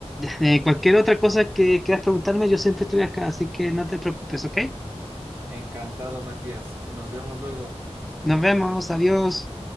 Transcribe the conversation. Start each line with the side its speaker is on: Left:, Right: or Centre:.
Centre: Eh, cualquier otra cosa que quieras preguntarme, yo siempre estoy acá, así que no te preocupes, ¿ok?
Right: Encantado, Matías. Nos vemos luego.
Centre: Nos vemos, adiós.